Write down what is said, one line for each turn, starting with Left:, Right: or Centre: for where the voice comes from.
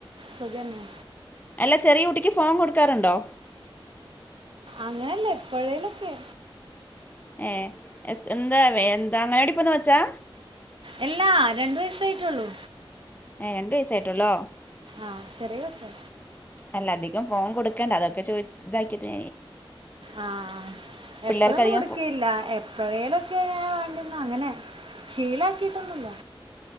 Right: സുഖന്നെ.
Left: അല്ല ചെറിയ കുട്ടിക്ക് ഫോം കൊടുക്കാറുണ്ടോ.
Right: അങ്ങനെല്ല എപ്പഴേലൊക്കെ.
Left: ഏഹ് എസ് എന്താ വെ എന്ത അങ്ങാനവാടിപ്പോന്ന കൊച്ചാ.
Right: എല്ലാ രണ്ട് വയസ്സായിട്ടുള്ളൂ.
Left: ഏഹ് രണ്ട് വയസ്സായിട്ടൊള്ളോ.
Right: ആഹ് ചെറിയ കൊച്ചാ.
Left: അല്ല അധികം ഫോൺ കൊടുക്കണ്ട അതൊക്കെ ചോ ഇതാക്കിയത്.
Right: ആഹ്
Left: പിള്ളേർക്ക്
Right: എപ്പഴൊന്നും
Left: അധികം
Right: കൊടുക്കയില്ല
Left: ഫോ
Right: എ പ്പഴേലൊക്കെ വേണ്ടുന്ന അങ്ങനെ ശീലാക്കിട്ടൊന്നുല്ല.